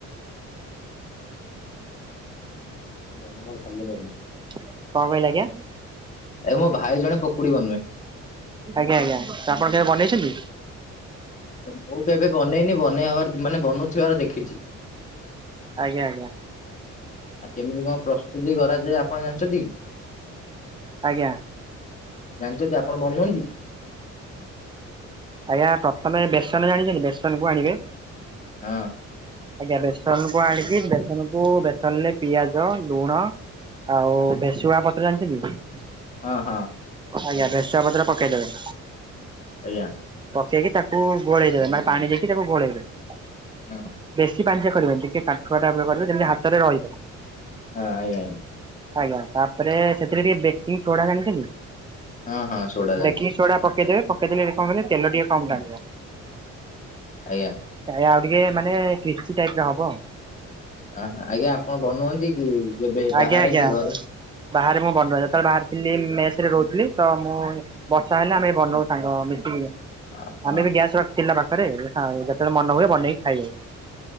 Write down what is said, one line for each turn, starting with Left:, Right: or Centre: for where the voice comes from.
Left: ନୂଆ ନୂଆ <unintelligible>
Right: କଣ କହିଲେ? ଆଜ୍ଞା।
Left: ଏ ମୋ ଭାଇ ଜଣେ ପକୁଡ଼ି ବନୁଏ।
Right: ଆଜ୍ଞା ଆଜ୍ଞା ତ ଆପଣ କେବେ ବନେଇଛନ୍ତି?
Left: ମୁଁ କେବେ ବନେଇନି ବନେଇ ହବାର ମାନେ ବନଉଥିବାର ଦେଖିଛି।
Right: ଆଜ୍ଞା ଆଜ୍ଞା।
Left: ଆଉ କେମିତି କଣ ପ୍ରସ୍ତୁତି କରାଯାଏ ଆପଣ ଜାଣିଛନ୍ତି?
Right: ଆଜ୍ଞା।
Left: ଜାଣିଛନ୍ତି ଆପଣ ବନାନ୍ତୀ?
Right: ଆଜ୍ଞା ପ୍ରଥମେ ବେସନ ଜାଣିଛନ୍ତି? ବେସନ କୁ ଆଣିବେ।
Left: ହଁ।
Right: ଆଜ୍ଞା ବେସନ କୁ ଆଣିକି ବେସନକୁ ବେସନ ରେ ପିଆଜ ଲୁଣ। ଆଉ ଭେସୁଆ ପତ୍ର ଜାଣିିଛନ୍ତୀ?
Left: ହଁ ହଁ।
Right: ଆଜ୍ଞା ଭେସୁଆ ପତ୍ର ପକେଇଦେବେ।
Left: ଆଜ୍ଞା।
Right: ପକେଇକି ତାକୁ ଗୋଳେଇଦେବେ ମାନେ ପାଣି ଦେଇକି ତାକୁ ଗୋଳେଇବେ ବେଶ
Left: ହଁ ହଁ
Right: ବେଶି ପାଣିଚିଆ କରିବେନି ଟିକେ କାଠୁଆ ଟାଇପର କରିବେ ଯେମିତି ହାତରେ ରହିିବ।
Left: ହଁ ଏଇ ଆଣି
Right: ଆଜ୍ଞା ତାପରେ ସେଥିରେ ଟିକେ ବେକିଙ୍ଗ ସୋଡା ଜାଣିଛନ୍ତି?
Left: ହଁ ହଁ ସୋଡ଼ା ଜାଣିଛି
Right: ବେକିଙ୍ଗ ସୋଡା ପକେଇଦେବେ ପ ପକେଇଦେଲେ କଣ କହିଲେ ତେଲ ଟିକେ କମ ଟାଣିବ।
Left: ଆଜ୍ଞା।
Right: ଟା ଏ ଆଉ ଟିକେ ମାନେ କ୍ରିସପି ଟାଇପ ର ହବ।
Left: ଅ ଆଜ୍ଞା ଆପଣ ବନୁନ୍ତି କି କେବେ
Right: ଆଜ୍ଞା
Left: ବାହାରେ
Right: ଆଜ୍ଞା
Left: କି ଘରେ
Right: ବାହାରେ ମୁଁ ବନ ର ଯେତେବେଳେ ବାହାରିଥିଲି ମେସରେ ରହୁଥିଲି ତ ମୁଁ ବର୍ଷା ହେଲେ ଆମେ ବନଉ ସାଙ୍ଗ ମିଶିକି
Left: ହଁ ହଁ
Right: ଆମେ ବି ଗ୍ୟାସ ରଖିଥିଲୁ ନା ଖା ପାଖରେ ଯେତେବେଳେ ମନ ହୁଏ ବନେଇକି ଖାଇଦଉ